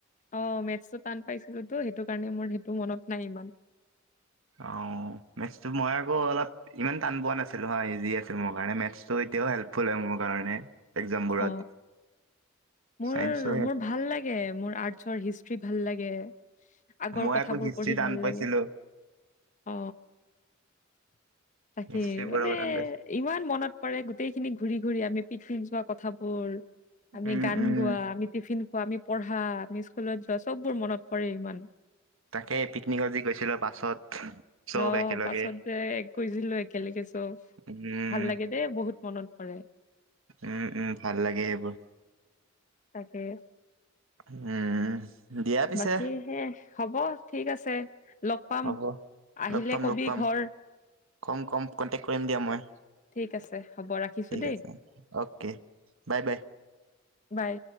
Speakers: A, on the left (about 40°); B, on the right (about 85°).
A: অ' মেথছটো টান পাইছিলোতো সেইটো কাৰণে মোৰ সেইটো মনত নাই ইমান।
B: অ' মেথছটো মই আকৌ অলপ ইমান টান পোৱা নাছিলো হয় ইজি আছিল মোৰ কাৰণে মেথছটো এতিয়াও হেল্পফুল হয় মোৰ কাৰণে। এক্জামবোৰত
A: অ, মোৰ-
B: চাইন্সো
A: মোৰ ভাল লাগে মোৰ আৰ্টছৰ হিষ্ট্ৰী ভাল লাগে। আগৰ
B: মই
A: কথাবোৰ
B: আকৌ হিষ্ট্ৰী
A: পঢ়ি
B: টান
A: ভাল
B: পাইছিলো
A: লাগে অ, <inaudible> তাকে
B: হিষ্ট্ৰীবোৰ
A: মানে
B: আকৌ টান পাইছিলো
A: ইমান মনত। পাৰে গোটেই খিনি ঘূৰি - ঘূৰি আমি পিকনিক যোৱা কথা। থাপৰ। আমি
B: উম
A: গান
B: উম
A: গোৱা আমি টিফিন আমি পঢ়া আমি স্কুলত যোৱা চববোৰ মনত পৰে ইমান।
B: তাকে পিকনিকত যি গৈছিলো বাছত চব
A: ন
B: একেলগে
A: পাছত যে গৈছিলো একেলগে চব
B: উম
A: ভাল লাগে দেই বহুত মনত। কৰে।
B: উম - উম ভাল লাগে সেইবোৰ।
A: এ
B: উম, দিয়া পিছে
A: বাকী সে হব। ঠিক আছে। লগ পাম
B: হ'ব
A: আহিলে
B: লগ পাম
A: কবি
B: - লগ পাম
A: ঘৰ
B: কম - কম কণ্টেকট কৰিম দিয়া মই
A: ঠিক আছে হ'ব ৰাখিছো
B: ঠিক
A: দেই
B: আছে অ'কে বাই - বাই।
A: বাই